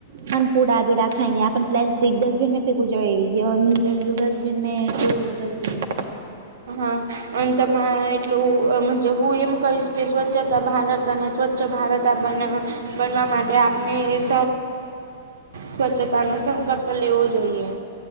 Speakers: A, on the right; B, on the right.
A: પણ પુડા બીડા ખાઈને પ્લાસ્ટિક ડસ્ટબિન ફેક જે ડસ્ટબિન ર.
B: હા અ. એટલુંજ હું એમ કહીશ કે સ્વચ્છતા ભારત અને સ્વચ્છ ભારત આપને બનવા માટે આપને એક સ્વચ્છતા ન સંકલ્પ લેવો જોઈએ.